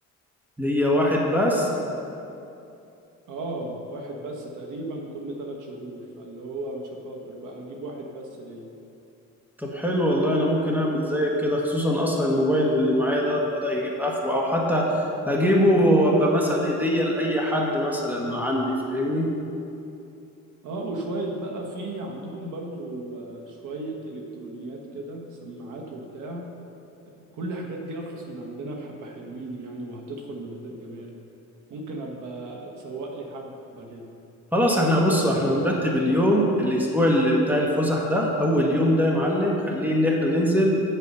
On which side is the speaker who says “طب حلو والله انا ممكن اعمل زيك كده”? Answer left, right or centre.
Centre